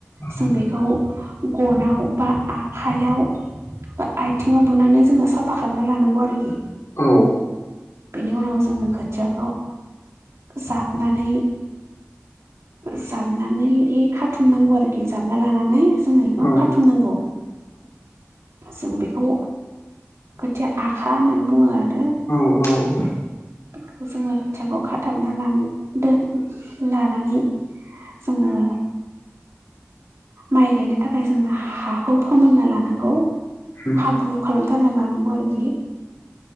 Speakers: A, on the left; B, on the right.
A: औ
B: जों बेखौ। गनाव बा आखाययाव बा आथिङाव बुनानै जोङो साफा खालामना लानांगौ आरोखि।
A: औ
B: बेनि उनाव जोङो खोथियाखौ। जाबनानै। जाबनानै ए खाथुमनांगौ आरोखि जाबना लानानै। <inaudible>
A: औ
B: खाथुमनांगौ। जों बेखौ खोथिया आखा होननानै बुङो आरो।
A: औ औ
B: बेखौ जोङो खोथियाखौ खाथाबना ला दो लानानै जोङो माइ गायनो थाखाय जोङो हाखौ फोमोनना लानांगौ।
A: <inaudible>
B: हाब्रु खालामथारना लानांगौ आरोखि